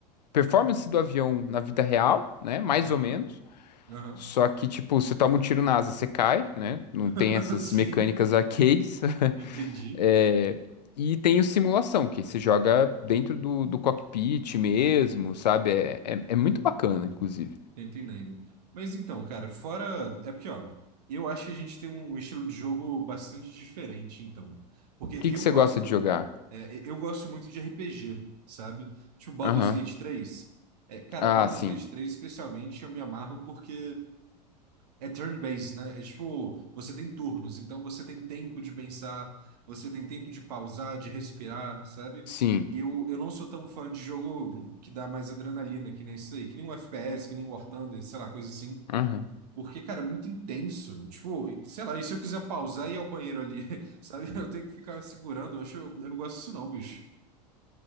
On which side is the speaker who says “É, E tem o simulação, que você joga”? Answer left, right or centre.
Left